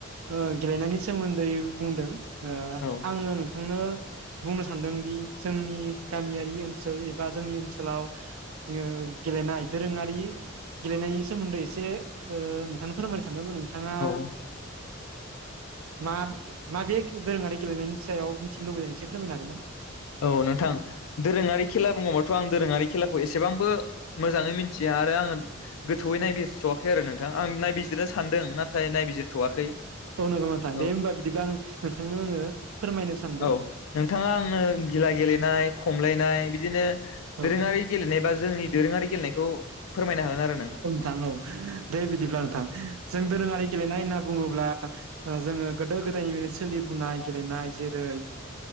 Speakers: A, on the right; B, on the left.
A: ओ गेलेनायनि सोमोन्दै बुंदों ओ
B: औ आं
A: आङो नोंथांनो बुंनो सानदोंदि जों नि गामियारि ओनसोल एबा जोंनि ओनसोलाव ओ गेलेनाय दोरोङारि गेलेनायनि सोमोन्दै एसे ओ नोंथांनो फोरमायनो सानदोंमोन ओ नोंथाङा
B: औ
A: मा-माबे दोरोङारि गेलेनायनि सायाव मिथिनो लुबैदों एसे फोरमायनो हागोन ना?
B: औ नोंथां दोरोङारि खेला बुङोबाथ' आं दोरोङारि खेलाखौ एसेबांबो मोजाङै मिथिया आरो आङो थौयै नायबिजिरथ'वाखै आरो नोंथां आं नायबिजिरनो सानदों नाथाय नायबिजिरथ'वाखै
A: औ नंगौ नोंथां
B: औ
A: दे होमबा बिदिब्ला आं नोंथांनो आङो फोरमायनो सानदों।
B: औ नोंथाङा आंनो गिला गेलेनाय खमलायनाय बि बिदिनो
A: औ
B: दोरोङारि गेलेनाय बा जोंनि दोरोङारि गेलेनायखौ फोरमायनो हागोन आरो
A: औ नोंथां औ दे बिदिब्ला नोंथां जों दोरोङारि गेलेनाय होनना बुङोब्ला ओ जोङो गोदो गोदायनिफायनो सोलिबोनाय
B: नोंथां
A: गेलेनाय जेरै ओ